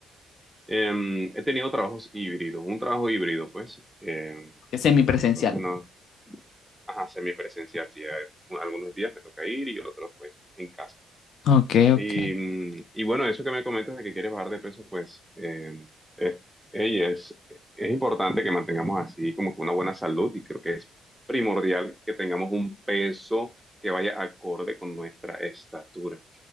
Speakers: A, in the centre; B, on the left.
A: Em, he tenido trabajos híbridos, un trabajo híbrido, pues, em,
B: Que es semipresencial.
A: entonces no, ajá, semipresencial, sí, hay- algunos días me toca ir y otros, pues, en casa.
B: Ok,
A: Y,
B: ok.
A: mm, y bueno, eso que me comentas de que quieres bajar de peso, pues, em, es, ey, es, es importante que mantengamos así como que una buena salud y creo que es primordial que tengamos un peso que vaya acorde con nuestra estatura